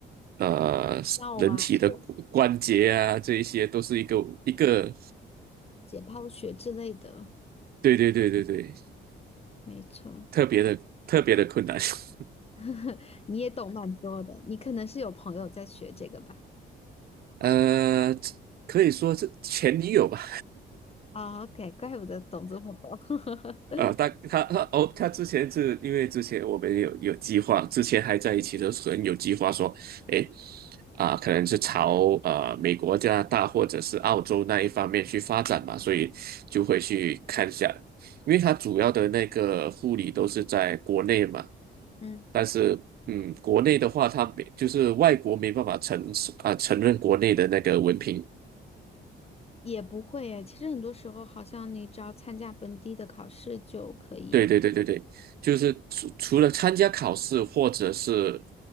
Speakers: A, on the right (about 50°); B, on the left (about 30°).
A: 呃，
B: 药啊，
A: 人体的骨关节啊，
B: 是
A: 这一些都是一个一个，
B: 解剖学之类的，
A: 对对对对对，
B: 没错。
A: 特别的特别的困难。<laughs>
B: <laughs> 你也懂蛮多的，你可能是有朋友在学这个吧？
A: 呃，可以说是前女友吧。
B: 哦，OK，怪不得懂这么多。<laughs>
A: 呃，他他他哦，他之前是因为之前我们有有计划，之前还在一起的时候有计划说，诶，啊、可能是朝呃美国、加拿大或者是澳洲那一方面去发展嘛，所以就会去看一下，因为他主要的那个护理都是在国内嘛，
B: 嗯，
A: 但是嗯，国内的话，他没就是外国没办法承啊、承认国内的那个文凭。
B: 也不会诶其实很多时候，好像你只要参加本地的考试就可以。
A: 对对对对对，就是除除了参加考试，或者是，